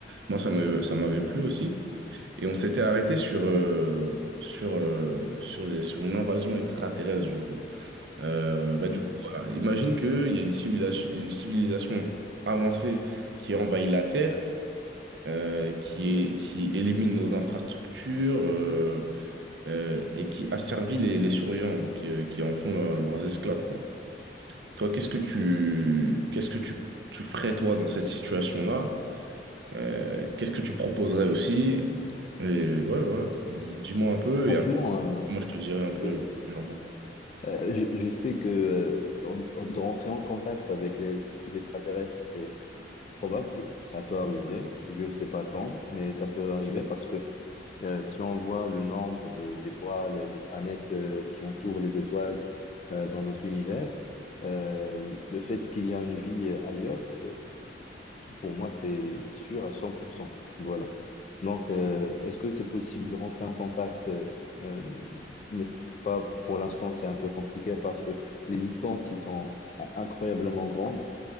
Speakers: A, on the right (about 65°); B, on the left (about 40°).
A: moi ça m'avait ça m'avait plu aussi. Et on s'était arrêté sur euh, sur euh, sur les, sur une invasion extraterrestre du coup. Euh, bah
B: Mhm.
A: du coup, voilà. Imagine qu'il y a une civilisation une civilisation avancée qui envahit la Terre. euh, qui, é- qui élimine nos infrastructures euh, euh, et qui asservit les, les surveillants, donc, qui, qui en font leur- leurs esclaves, quoi. Toi, qu'est-ce que tu, qu'est-ce que tu, tu ferais, toi, dans cette situation-là? Euh, qu'est-ce que tu proposerais aussi? Et ouais, voilà. Dis-moi un peu
B: Franchement,
A: et après,
B: euh,
A: moi, je te dirai un peu
B: Vas-y.
A: ce que j'en pense.
B: euh, je, je sais que euh, en- en- de rentrer en contact avec les extraterrestres, c'est probable, ça peut arriver. Je ne sais pas quand, mais ça peut arriver parce que Euh, si on voit le nombre de- d'étoiles et de planètes euh, qui entourent les étoiles euh, dans notre univers, euh, le fait qu'il y a une vie euh, ailleurs, euh, pour moi, c'est sûr à 100%. Voilà. Donc, euh, est-ce que c'est possible de rentrer en contact euh, euh, mais c'est pas pour l'instant, c'est un peu compliqué parce que les distances, ils sont incroyablement grandes.